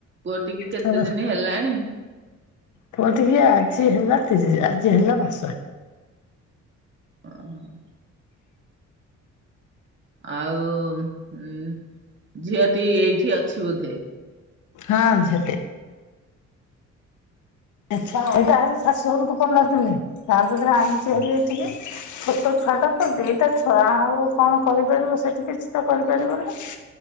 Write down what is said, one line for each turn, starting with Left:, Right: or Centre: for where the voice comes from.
Right: ପୁଅଟିକି କେତେ
Left: ତାର
Right: ଦିନି ହେଲାଣି?
Left: ପୁଅ ଟିକି ଆଜି ହେଲା ତିରିଶ ଆଜି ହେଲା ମାସ।
Right: ଉଁ ହୁଁ। ଆଉ ଉ ଝିଅଟି ଏଇଠି ଅଛି ବୋଧେ।
Left: ହଁ ସେଠି। ଆଚ୍ଛା ଏଇଟା ଆରି ଶାଶୁ ଘରକୁ ପଲନି ତାପରେ ଆଣିଛି ଏଠିକି। ଛୋଟ ଛୁଆ ଟା ତ ଦିଟା ଛୁଆ ଆଉ କଣ କରିପାରିବ ସେଠି କିଛି ତ କରିପାରିବନି।